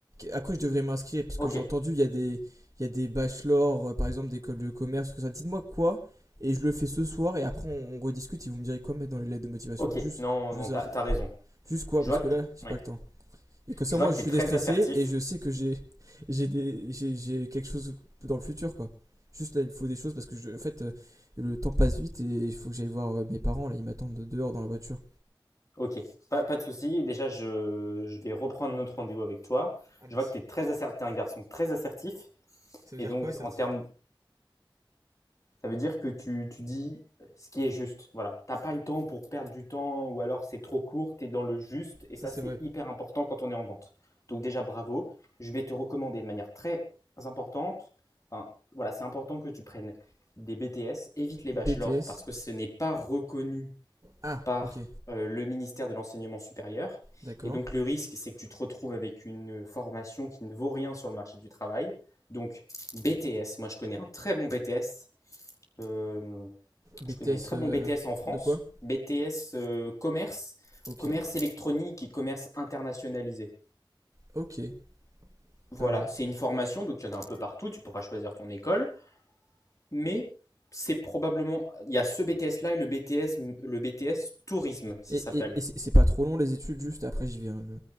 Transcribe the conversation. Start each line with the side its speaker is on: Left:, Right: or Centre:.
Right: à quoi je devrais m'inscrire Parce
Left: Ok,
Right: que j'ai entendu, il y a des, il y a des bachelors, euh, par exemple, d'école de commerce, tout ça. Dites-moi quoi, et je le fais ce soir, et après on, on rediscute. Et vous me direz quoi mettre dans les lettres de motivation.
Left: ok,
Right: Juste,
Left: non,
Right: je
Left: non,
Right: veux savoir
Left: t'as, t'as
Right: quoi-
Left: raison.
Right: juste quoi,
Left: Je
Right: parce
Left: vois
Right: que
Left: que
Right: là,
Left: t'es,
Right: j'ai
Left: ouais.
Right: pas le temps. Et comme ça,
Left: je vois
Right: moi,
Left: que
Right: je
Left: t'es
Right: suis
Left: très
Right: déstressé
Left: assertif.
Right: et je sais que j'ai j'ai des- j'ai- j'ai quelque chose dans le futur, quoi. Juste là, il me faut des choses parce que, je, en fait, euh, le temps passe vite et il faut que j'aille voir euh, mes parents. Là, ils m'attendent de- dehors dans la voiture.
Left: Ok, pas, pas de souci. Déjà, je, je vais reprendre notre rendez-vous avec toi.
Right: Ah merci.
Left: Je vois que t'es très assertif, t'es un garçon très assertif.
Right: Ça veut
Left: Et
Right: dire
Left: donc,
Right: quoi, certif
Left: en termes Ça veut dire que tu, tu dis ce qui est juste. Voilà. T'as pas le temps pour perdre du temps ou alors c'est trop court, t'es dans le juste et
Right: Ça
Left: ça
Right: c'est
Left: c'est
Right: vrai.
Left: hyper important quand on est en vente. Donc déjà bravo, je vais te recommander de manière très importante, enfin voilà, c'est important que tu prennes des BTS, évite les
Right: BTS.
Left: bachelors parce que ce n'est pas reconnu
Right: Ah,
Left: par
Right: ok,
Left: euh, le ministère de l'enseignement supérieur
Right: d'accord.
Left: et donc le risque c'est que tu te retrouves avec une formation qui ne vaut rien sur le marché du travail. Donc BTS, moi je connais un très bon BTS euh,
Right: BTS
Left: je connais un très
Right: euh,
Left: bon BTS en France,
Right: de quoi
Left: BTS euh, commerce,
Right: Ok,
Left: commerce électronique et commerce internationalisé.
Right: ok,
Left: Voilà,
Right: pas mal.
Left: c'est une formation, donc il y en a un peu partout, tu pourras choisir ton école, mais c'est probablement, il y a ce BTS-là et le BTS, le BTS tourisme, ça
Right: Et,
Left: s'appelle.
Right: et, et c'est pas trop long les études, juste après j'y vais. hein, je-